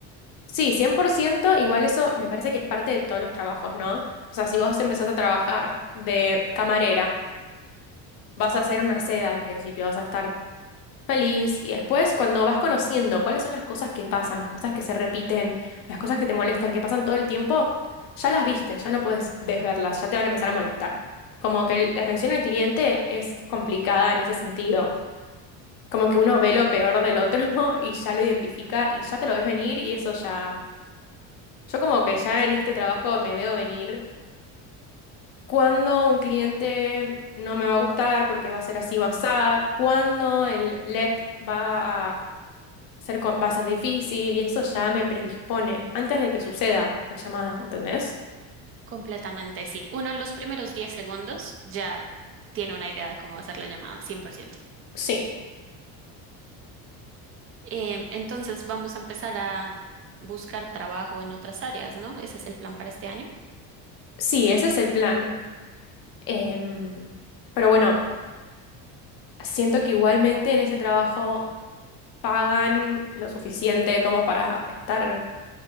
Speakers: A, on the left; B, on the right.
A: Sí, 100%. igual eso me parece que es parte de todos los trabajos, ¿no? O sea, si vos empezás a trabajar de camarera, vas a hacer una seda al principio, vas a estar Feliz. Y después, cuando vas conociendo cuáles son las cosas que pasan, las cosas que se repiten, las cosas que te molestan, que pasan todo el tiempo, ya las viste, ya no puedes desverlas, ya te van a empezar a molestar. Como que el- la atención al cliente es complicada en ese sentido. Como que uno ve lo peor del otro <laughs> y ya lo identifica y ya te lo ves venir y eso ya... Yo como que ya en este trabajo me veo venir cuando un cliente no me va a gustar porque va a ser así, va a cuando el LEP va a ser co- va a ser difícil y eso ya me predispone antes de que suceda la llamada, ¿entendés?
B: Completamente, sí. Uno en los primeros 10 segundos ya tiene una idea de cómo va a ser la llamada, 100%.
A: Sí,
B: Em, entonces vamos a empezar a buscar trabajo en otras áreas, ¿no? Ese es el plan para este año.
A: sí, ese es el plan. Em, pero bueno, siento que igualmente en ese trabajo pagan lo suficiente como para estar,